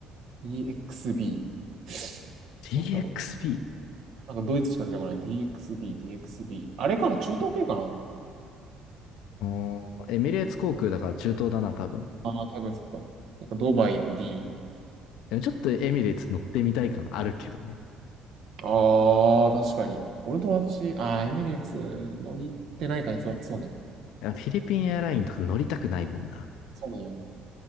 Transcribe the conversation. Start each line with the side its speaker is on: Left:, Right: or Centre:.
Right: EXB。
Left: う ?DXB?
Right: なんだろう。なんかドイツしか出てこない。DXB、DXB。あれかな中東系かな
Left: うーエックスビーエミレーツ航空だから中東だな、多分。
Right: ああー、多分そっか。なんかドバイの D。
Left: ちょっとエミレーツ乗ってみたい感あるけどね。
Right: ああ、確かに。俺の友達、ああ、エミレーツ乗りってないか、あいつは。そうね。
Left: フィリピンエアラインとか乗りたくないもんな。
Right: そうなんよ。